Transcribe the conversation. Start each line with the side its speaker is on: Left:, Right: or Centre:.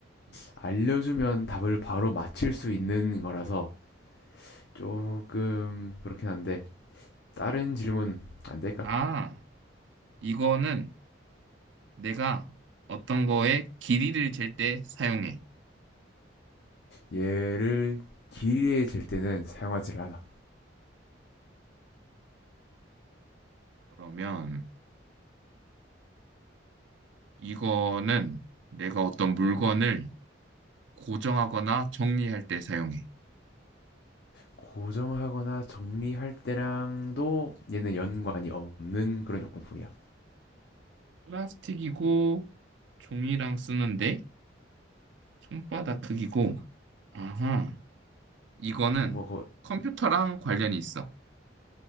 Right: 음.
Left: 알려주면 답을 바로 맞힐 수 있는 거라서 조금 그렇긴 한데 다른 질문 안 될까?
Right: 아, 이거는 내가 어떤 거에 길이를 잴 때 사용해.
Left: 얘를 길이에 잴 때는 사용하지를 않아.
Right: 그러면 이거는 내가 어떤 물건을 고정하거나 정리할 때 사용해.
Left: 고정하거나 정리할 때랑도 얘는 연관이 없는 그런 용품이야.
Right: 플라스틱이고 종이랑 쓰는데 손바닥 크기고 아하 이거는
Left: 뭐 거-
Right: 컴퓨터랑 관련이 있어